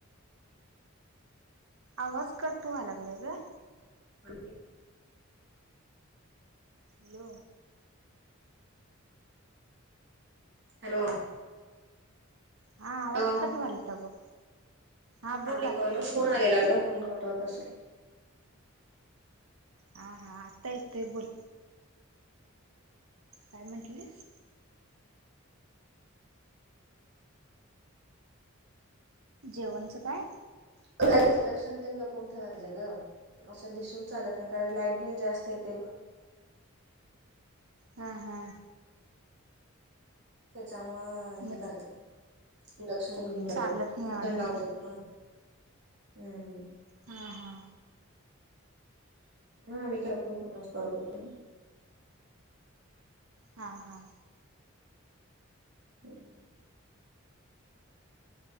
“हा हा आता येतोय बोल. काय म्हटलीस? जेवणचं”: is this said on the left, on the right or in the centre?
Right